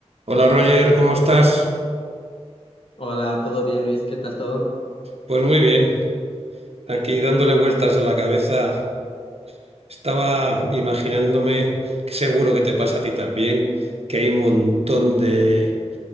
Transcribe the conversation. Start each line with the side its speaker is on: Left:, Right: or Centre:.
Right: Hola Roger, ¿cómo estás?
Left: Hola, ¿todo bien, Luis? ¿Qué tal todo?
Right: Pues muy bien, aquí dándole vueltas a la cabeza. Estaba imaginándome, que seguro que te pasa a ti también, que hay un montón de,